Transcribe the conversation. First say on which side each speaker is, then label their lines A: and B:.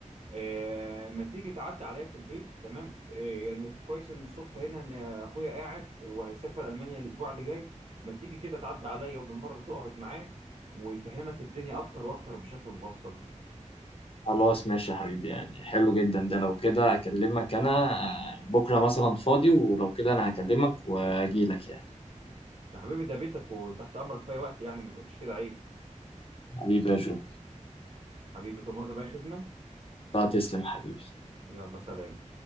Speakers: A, on the right; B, on the left.
A: آه... ما تيجي تعدي عليا في البيت تمام آه... يعني كويس ان الصدفة هنا ان اخويا قاعد وهيسافر ألمانيا الاسبوع اللي جاي ما تيجي كده تعدي عليا وبالمرة تقعد معاه ويفهمك الدنيا اكتر واكتر بشكل مبسط
B: خلاص ماشي يا حبيبي يعني حلو جدا ده لو كده اكلمك انا آه، بكره مثلا فاضي ولو كده انا هكلمك واجيلك يعني
A: يا حبيبي ده بيتك وتحت امرك في اي وقت يعني ما تقولش كده عيب
B: حبيبي يا جو
A: حبيبي تأمرنا بأي خدمة
B: لا تسلم يا حبيبي
A: يلا سلام